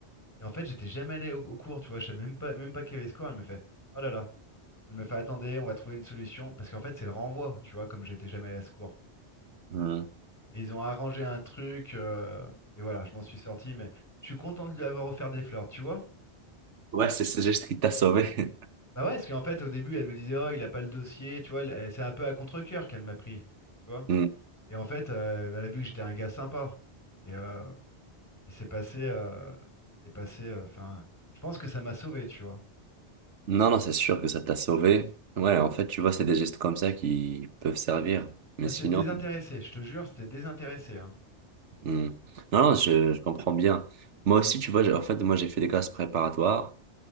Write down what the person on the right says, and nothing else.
Hmm.
Ouais, c'est ce geste qui t'a sauvé. <laughs>
Hmm.
Non, non, c'est sûr que ça t'a sauvé. Ouais, en fait, tu vois, c'est des gestes comme ça qui peuvent servir. Mais
sinon,
hmm. Non, non, je, je comprends bien. Moi aussi, tu vois, j'ai- en fait, moi, j'ai fait des classes préparatoires.